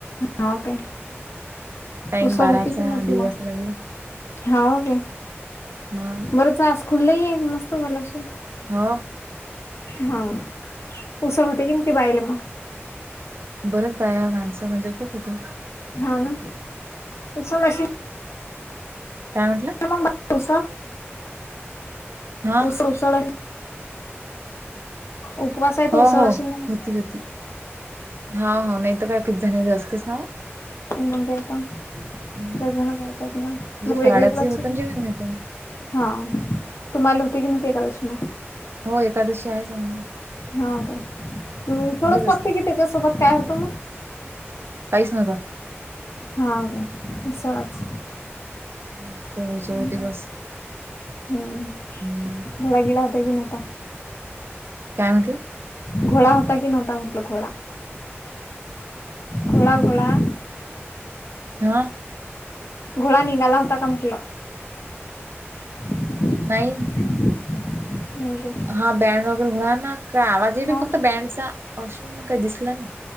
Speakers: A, on the left (about 70°); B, on the right (about 60°).
A: हा काय
B: टाइम
A: उसळ
B: बाराचा
A: होती कि नवती
B: दीड
A: मग?
B: वाजता लागला
A: हाव काय?
B: हा
A: बरच आज खुल्लही आहे मस्त झाला श
B: हाव
A: हा उसळ होते की नाही ती बाईले मग?
B: बरंच बाया माणसं म्हणजे खूप होती.
A: हा ना त अशी
B: काय म्हटलं?
A: <unintelligible> उसा
B: हा
A: उसा उसळ आहे ना. उपवास आहे तर
B: हो
A: उसळ
B: हो
A: अशील ना मग
B: होती होती हा हो नाही तर काय क झालेले असतेस ना
A: ह काळ
B: म्हणजे
A: <unintelligible> बनातात ना मग वेगवेगळ
B: फराळाचे
A: असेल
B: होत आणि जेवण
A: ना <unintelligible>
B: होत
A: हा. तुम्हाला होती कीव्हती एकादशी मग?
B: हो एकादशी आहे जन
A: हाव काय तुम्ही उकडत
B: असते
A: टाकते की त्याच्यासोबत काय होतो म?
B: काहीच नव्हतं.
A: हाव काय उसळाच
B: <unintelligible> होती
A: हम्म
B: बस
A: हां.
B: हम्म
A: घोडा गेला होता की नव्हता?
B: काय म्हटलं?
A: घोळा होता कि नव्हता म्हटलं घोळा घोळा घोळा.
B: हां.
A: घुळा निघाला होता का म्हटलं? ह <unintelligible>
B: नाही
A: नाही <unintelligible>
B: हा बॅन वगैरे होणार ना. का आवाज आहे
A: हा
B: बी फक्त बँडचा अशीन म काही दिसला नाय.